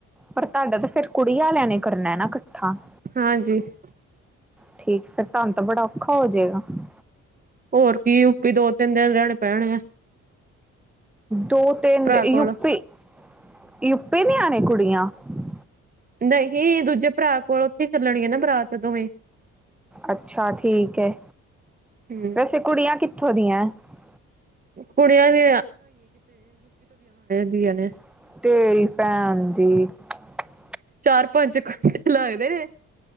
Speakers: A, in the centre; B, on the right.
A: ਪਰ ਤੁਹਾਡਾ ਤਾਂ ਫੇਿਰ ਕੁੜੀ ਵਾਲਿਆਂ ਨੇ ਕਰਨਾ ਨਾ ਇਕੱਠਾ ਹਾਂਜੀ।
B: ਹਾਂਜੀ। ਤੂੰ ਵੀ ਆਉਣਾ ਵਹਿਆ ਚੋ ।
A: ਠੀਕ ਫਿਰ ਤੁਹਾਨੂੰ ਤਾਂ ਬੜਾ ਔਖਾ ਹੋ ਜਾਏਗਾ। ਹਾਂਜੀ।
B: ਹੋਰ ਕੀ ਦੋ ਤਿੰਨ ਦਿਨ ਰਹਿਣੇ ਪੈਣੇ ਆ। ਪਰ ਵਹਿਆ ਚੋ ਮਜਾ ਵੀ ਆਉਣਾ।
A: ਦੋ ਤਿੰਨ
B: ਕੋਲ
A: ਯੂਪੀ ਯੂਪੀ ਨ ਆਣੇ ਕੁੜੀਆਂ ਨਾਲ ਹੀ।
B: ਨਹੀਂ ਦੂਜੇ ਭਰਾ ਕੋਲ ਉੱਥੇ ਹੀ ਚੱਲਣਗ ਨਾ ਬਰਾਤ ਦੋਵੇਂ ਮਹੱਤਵਪੂਰਨ ਹੈ।
A: ਅੱਛਾ ਠੀਕ ਹੈ
B: ਹਮ
A: ਵੈਸੇ ਕੁੜੀਆਂ ਕਿੱਥੋਂ ਦੀਆਂ ਯੂਪੀ ਦੀਆ।
B: ਕੁੜੀਆਂ ਵੀ ਵੜਿਆ ਨੇ। ਹਨ ਜੀ।
A: ਤੇਰੀ ਭੈਣ ਦੀ ਗੱਲ ਕਰੀਏ ਰਿਸ਼ਤਾ ਲੇਇ।
B: ਚਾਰ ਪੰਜ ਘੰਠੇ ਲੱਗਦੇ ਨੇ। ਹਾਂਜੀ ਲਗਦਾ ਨੇ।